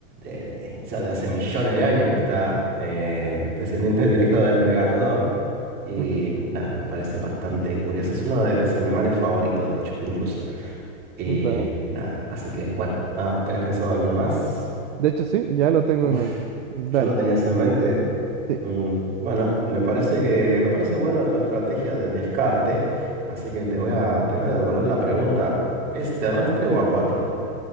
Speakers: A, on the right (about 20°); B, on the right (about 55°).
A: de- o sea, de hace millones de años que está, eh, descendiente directo del megalodón. Y
B: Ujú,
A: nada, me parece bastante curioso. Es uno de mis animales favoritos, de hecho, incluso. Y
B: va.
A: nada, así que, bueno, ah, ¿tenés pensado alguno más?
B: De hecho, sí, ya lo tengo
A: Uf,
B: en mente. Dale,
A: ya lo tenías en mente.
B: sí.
A: Mm, bueno, me parece que me parece buena tu estrategia de descarte, así que te voy a, te voy a devolver la pregunta. ¿Es terrestre o acuático?